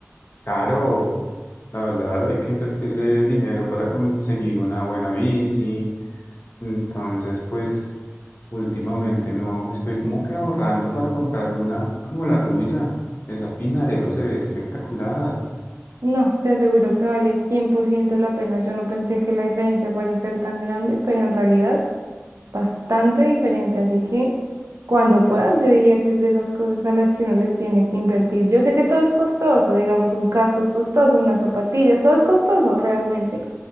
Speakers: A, on the left; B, on the right.
A: Caro, la verdad hay que invertirle dinero para conseguir una buena bici. Entonces, pues últimamente no, estoy como que ahorrando para comprarme una como la tuya. Esa Pinarello se ve espectacular.
B: No, te aseguro que vale 100% la pena. Yo no pensé que la diferencia fuera a ser tan grande, pero en realidad bastante diferente, así que cuando puedas, yo diría que es de esas cosas a las que uno les tiene que invertir. Yo sé que todo es costoso, digamos, un casco es costoso, unas zapatillas, todo es costoso realmente,